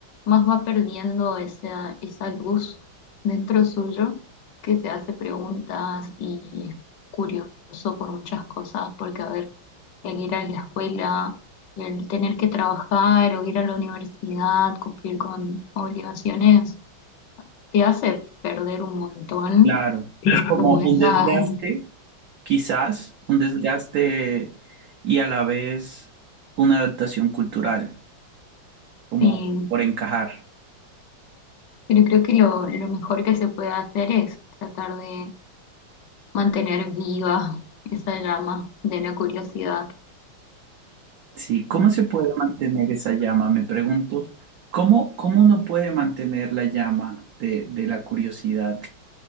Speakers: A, on the left (about 70°); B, on the right (about 70°).
A: más va perdiendo esa, esa luz dentro suyo que se hace preguntas y es curioso por muchas cosas, porque a ver, el ir a la escuela, el tener que trabajar o ir a la universidad, cumplir con obligaciones te hace perder un montón,
B: Claro, es como
A: como
B: un
A: esa,
B: desgaste. quizás un desgaste y a la vez una adaptación cultural, como
A: sí,
B: por encajar.
A: pero creo que lo, lo mejor que se puede hacer es tratar de mantener viva esa llama de la curiosidad,
B: Sí, ¿cómo se puede mantener esa llama? Me pregunto, ¿cómo, cómo uno puede mantener la llama de, de la curiosidad